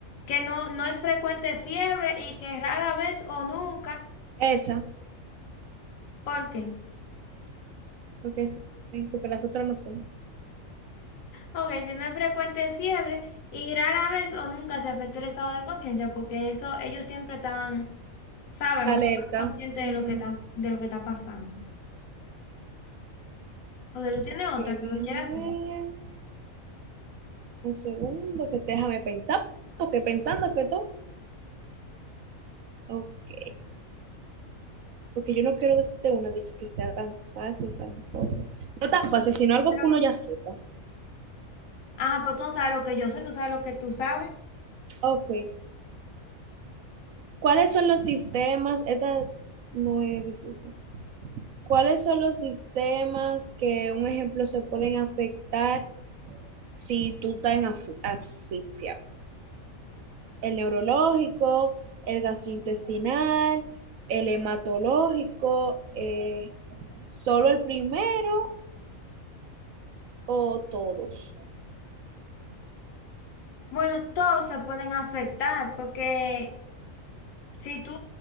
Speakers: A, on the left; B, on the right.
A: que no, no es frecuente fiebre y que rara vez o nunca,
B: Esa,
A: ¿por qué?
B: porque sí, sí, porque las otras no son.
A: Ok, si no es frecuente fiebre y rara vez o nunca se afecta el estado de conciencia, porque eso ellos siempre están, saben,
B: Alerta.
A: o sea, están conscientes
B: Ujú.
A: de lo que están, de lo que está pasando. Ok, tú tienes
B: Ok,
A: otra
B: déjame
A: que me quieras
B: ver.
A: hacer.
B: Un segundo, que déjame pensar, porque pensando que todo. Ok, porque yo no quiero decirte una dicha que sea tan fácil, tan... No tan fácil, sino
A: Espero.
B: algo que uno ya sepa.
A: Ah, pero tú no sabes lo que yo sé, tú sabes lo que tú sabes.
B: Ok. ¿Cuáles son los sistemas? Esta no es difícil. ¿Cuáles son los sistemas que, un ejemplo, se pueden afectar si tú estás en af- asfixia? El neurológico, el gastrointestinal, el hematológico, eh, solo el primero o todos.
A: Bueno, todos se pueden afectar porque si tú,